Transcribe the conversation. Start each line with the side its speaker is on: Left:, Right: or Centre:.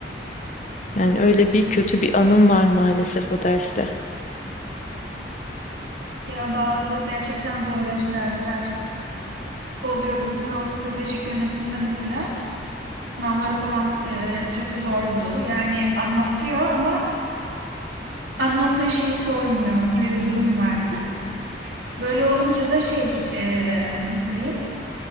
Left: Yani öyle bir kötü bir anım var maalesef o derste.
Right: Ya bazı gerçekten zorlayıcı dersler oluyor. Bizim de o stratejik yönetimde mesela sınavları falan e, çok zordu. Yani anlatıyor ama anlattığı şeyi sormuyor gibi bir durum vardı. Böyle olunca da şey e, nasıl diyeyim?